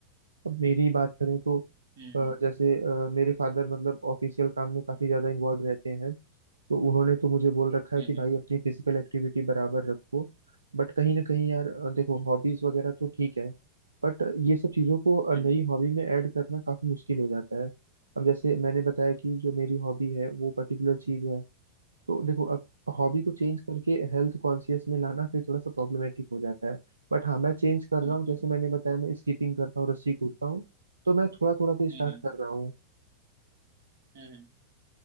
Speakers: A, on the right (about 80°); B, on the right (about 55°).
A: अब मेरी ही बात करें तो
B: हम्म
A: अ, जैसे अ, मेरे फादर मतलब ऑफिशियल काम में काफी ज्यादा इन्वॉल्व रहते हैं तो उन्होंने तो मुझे बोल रखा है
B: हम्म
A: कि भाई अपनी फिजिकल एक्टिविटी बराबर रखो बट कहीं ना कहीं यार अ, देखो
B: हम्म
A: हॉबीज वगैरह तो ठीक है बट ये सब चीज़ों को अ,
B: हम्म
A: नई
B: हम्म,
A: हॉबी में ऐड करना काफ़ी मुश्किल हो जाता है अब जैसे मैंने बताया कि जो मेरी हॉबी है वो पर्टिकुलर चीज़ है तो देखो अब हॉबी को चेंज करके हेल्थ कॉन्शियस में लाना फिर थोड़ा सा प्रॉब्लमेटिक हो जाता है बट हाँ मैं चेंज कर रहा
B: हाँ
A: हूँ जैसे मैंने बताया मैं स्कीपिंग करता हूँ रस्सी कूदता हूँ तो मैं थोड़ा थोड़ा तो स्टार्ट
B: हम्म
A: कर रहा हूँ
B: हम्म